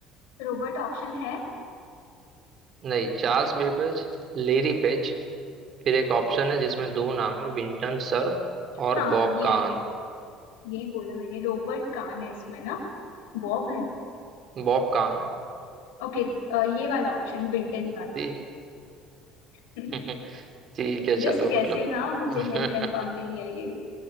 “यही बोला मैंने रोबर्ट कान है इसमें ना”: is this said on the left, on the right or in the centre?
Left